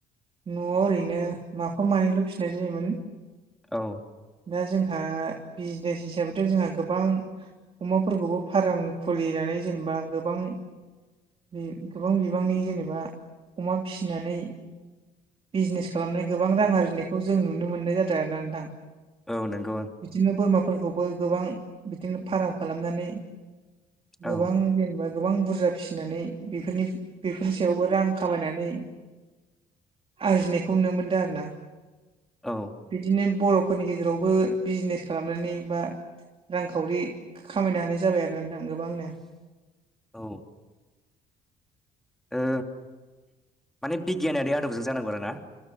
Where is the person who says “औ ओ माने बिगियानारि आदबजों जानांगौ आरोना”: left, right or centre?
Centre